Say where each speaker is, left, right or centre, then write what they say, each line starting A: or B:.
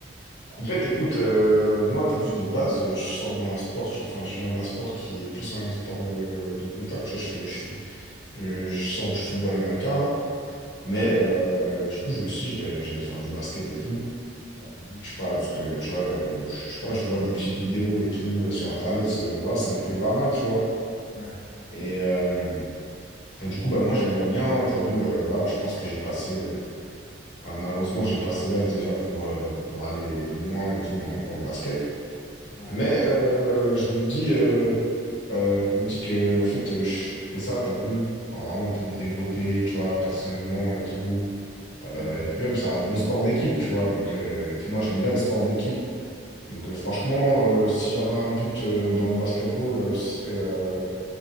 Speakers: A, on the left (about 65°); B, on the left (about 80°).
A: En fait, écoute, euh, moi, t'as vu, de base, euh, je sors d'un sport, tu vois, enfin, je viens d'un sport qui est plus un sport euh, de contact, tu vois, je fais, je, fais- euh, je sors du football américain, là, mais
B: Ouais.
A: euh, du coup, je me suis dit, j'allais j'allais faire du basket et tout,
B: Mhm.
A: je sais pas, parce que, tu vois, euh, je sais pas, je vois des petites vidéos et tout euh, sur Internet, c'est- voilà, ça me plaît pas mal, tu vois,
B: Ouais.
A: et, euh, et du coup, bah, moi, j'aimerais bien, t'as vu, euh, voilà, je pense que j'ai passé, euh, ah, malheureusement, j'ai passé l'âge déjà pour, euh, pour aller loin et tout dans dans le basket,
B: Ouais.
A: Mais euh, je me dis, euh, euh, je me dis que en fait, euh, je fais ça, t'as vu, vraiment pour me développer, tu vois, personnellement et tout. Euh,
B: Mhm.
A: et puis même, c'est un bon sport d'équipe, tu vois. Donc, euh, et puis moi, j'aime bien les
B: Ouais.
A: sports d'équipe. Donc, euh, franchement, euh, si j'avais un but euh, dans le basketball, euh, ce serait, euh,